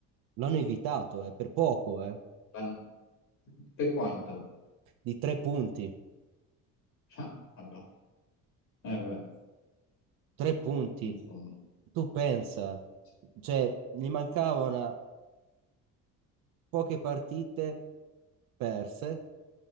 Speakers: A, on the right (about 75°); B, on the left (about 55°).
A: L'hanno evitato, eh, per poco, eh,
B: L'hanno- Per quanto?
A: di tre punti.
B: Ah, vabbè. Eh beh,
A: Tre punti.
B: insomma,
A: Tu pensa,
B: sì,
A: cioè, gli mancavano poche partite perse